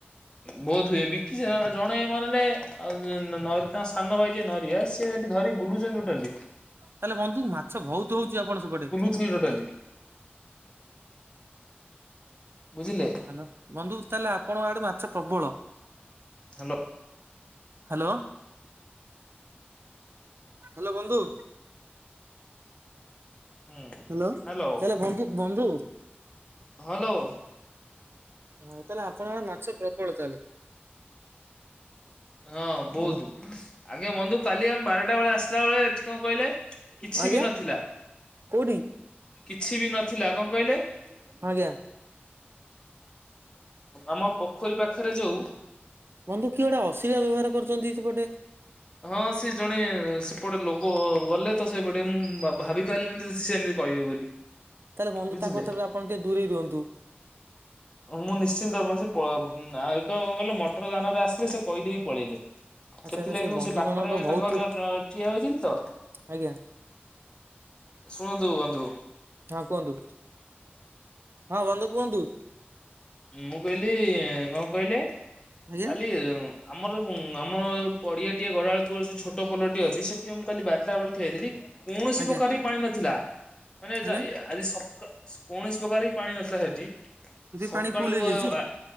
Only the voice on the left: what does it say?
ବୋଧୁ ଏ ବିକି ସେ ଜଣେ ମାନେ ନେ ଆ ନ ନ ତାଙ୍କ ସାନ ଭାଇ ଯେ ନରିଆ ସି ସିଏ ସେଠି ଧରିକି ବୁଲୁଛନ୍ତି ଟୋଟାଲି।
ଥିଲି ଟୋଟାଲି। ବୁଝିଲେ।
ହାଲୋ।
ହୁଁ
ହ୍ୟାଲୋ
ହଁ ଲୋ।
ହଁ ବହୁତ
ଆଜ୍ଞା ବନ୍ଧୁ କାଲି ଆମେ ବାରଟା ବେଳେ ଆସିଲା ବେଳେ ଏଠି କଣ କହିଲେ କିଛି
ବି ନଥିଲା
କିଛି ବି ନଥିଲା କଣ କହିଲେ?
ଆମ ପୋଖରୀ ପାଖରେ ଯୋଉ
ହଁ ସିଏ ଜଣେ ସେପଟେ ଲୋକ ଗଲେ ତ ସେପଟେ ମୁଁ ଭାବି ପାରିଲିନି ସିଏ ଏମିତି କହିବେ ବୋଲି।
ବୁଝିଲେ
ମୁଁ ନିଶ୍ଚିନ୍ତ ଭାବରେ <unintelligible> ମଟର ଯାନରେ ଆସିଲେ ସେ କହିଦେଇକି ପଳେଇଲେ।
ସେଥିଲାଗି
ମୁଁ
ସେ ପାଖରେ
ତାଙ୍କର ଠିଆ ହୋଇଥିଲି ତ?
ଶୁଣନ୍ତୁ ବନ୍ଧୁ।
ମୁଁ କହିଲି କଣ କହିଲେ
କାଲି ଆମର ମୁଁ ଆମର ପଡିଆ ଟିଏ ଗଡବେଳକୁର ସେ ଛୋଟ ପୋଲଟି ଅଛି ସେଠି ମୁଁ କାଲି ବାରଟା ବେଳେ ଠିଆହେଇ ଥିଲି। କୌଣସି
ପ୍ରକାର ପାଣି ନଥିଲା। ମାନେ
<unintelligible> ଆଜି ସକା କୌଣସି ପ୍ରକାର ବି ପାଣି ନଥିଲା ସେଠି।
ସକାଳୁ
ଆ